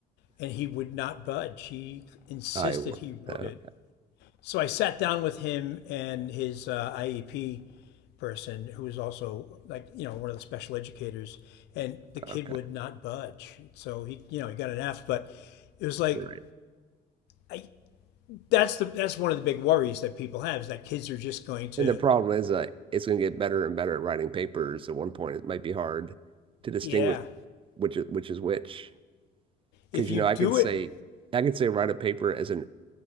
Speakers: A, on the left; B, on the right.
A: And he would not budge. He insisted
B: I w-
A: he wrote
B: okay.
A: it. So I sat down with him and his uh, IEP person, who was also like, you know, one of the special educators, and the kid
B: Okay.
A: would not budge. So he, you know, he got an F, but it was like,
B: Right.
A: I, that's the that's one of the big worries that people have is that kids are just going to
B: And the problem is, uh, it's going to get better and better at writing papers. At one point, it might be hard to distinguish
A: yeah
B: which is, which is which. Because
A: if you
B: you know,
A: do
B: I could say,
A: it
B: I could say write a paper as an